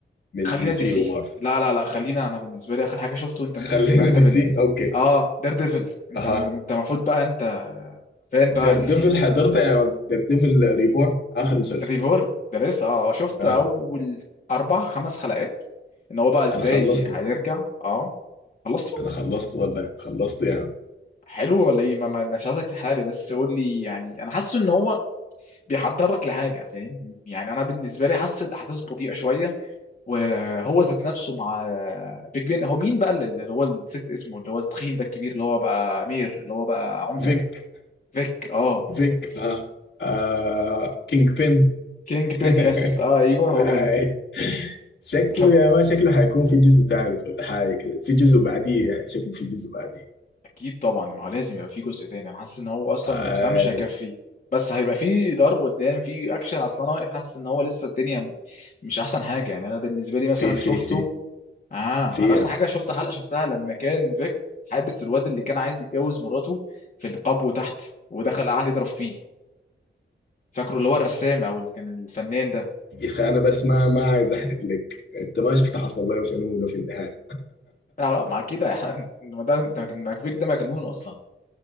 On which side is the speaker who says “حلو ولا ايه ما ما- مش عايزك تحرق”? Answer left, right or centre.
Left